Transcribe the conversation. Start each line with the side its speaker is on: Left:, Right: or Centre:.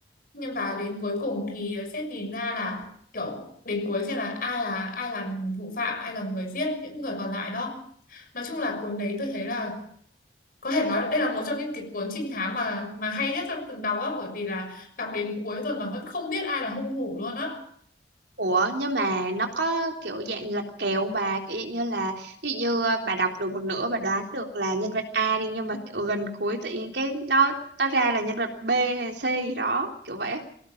Left: nhưng mà đến cuối cùng thì sẽ tìm ra là kiểu đến cuối sẽ là ai là ai là thủ phạm ai là người giết những người còn lại đó nói chung là cuốn đấy tôi thấy là có thể nói đây là một trong những cái cuốn trinh thám mà mà hay nhất trong từng đọc á bởi vì là đọc đến cuối rồi mà vẫn không biết ai là hung thủ luôn á
Right: Ủa nhưng mà nó có kiểu dạng lật kèo không bà kiểu dạng như là ví dụ như ờ, bà đọc được một nửa bà đoán được là nhân vật A đi nhưng mà kiểu gần cuối tự nhiên cái nó nó ra là nhân vật B hay C gì đó kiểu vậy á.